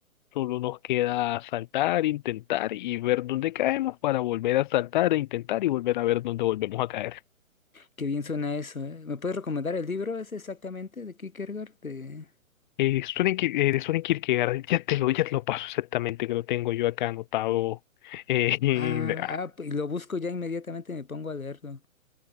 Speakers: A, on the left; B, on the left.
A: solo nos queda saltar, intentar y ver dónde caemos para volver a saltar e intentar y volver a ver dónde volvemos a caer.
B: qué bien suena eso, ¿eh? ¿Me puedes recomendar el libro ese exactamente de Kierkegaard? De...
A: Eh, Soren, Kier- eh, de Soren Kierkegaard, ya te lo, ya te lo paso exactamente, que lo tengo yo acá anotado. Eh, <laughs>
B: Ah,
A: ah,
B: ah, pues lo busco ya inmediatamente y me pongo a leerlo.